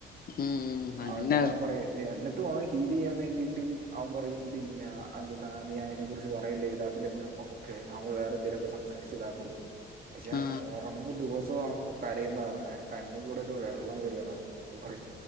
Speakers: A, on the left; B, on the right.
A: ഉം അങ്ങനെ
B: അവൻ ന്നിട്ടവൻ പറയും എന്നി ട്ടു അവൻ ഹീലെയ്യാൻ വേണ്ടീട്ട് അവൻ പറയും പിന്നെ അന്ത്ന്നാ നീ അയ്നെക്കുറ്ച്ച് പറയല്ലേ ഇതാക്കല്ലേ എന്ന് പറ്ഞ്ഞ്പ്പൊ ക്കെ നമ്മള് വേറെന്തേലൊക്കെ സംസാരിച്ച്താക്കും പക്ഷെ
A: ആ
B: ഒറങ്ങു ങ്ങു ദിവസോം അവൻ കരയുന്ന പർന്നെ കണ്ണീകൂടെക്കെ വെള്ളം വര്വെടാ അവൻ പറയാ.